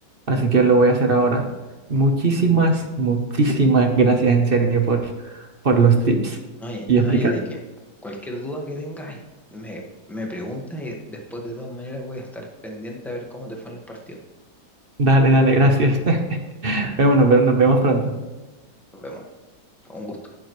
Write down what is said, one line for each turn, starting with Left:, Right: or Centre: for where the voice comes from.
Right: Así que lo voy a hacer ahora. Muchísimas,
Centre: Mm,
Right: muchísimas gracias en serio por, por los tips
Centre: No hay,
Right: y
Centre: no
Right: explicar.
Centre: hay de qué. Cualquier duda que tengas, me, me preguntas y después de todas maneras voy a estar pendiente a ver cómo te fue en el partido.
Right: Dale, dale, gracias. <laughs> Bueno, nos vemos nos vemos pronto.
Centre: Nos vemos. Un gusto.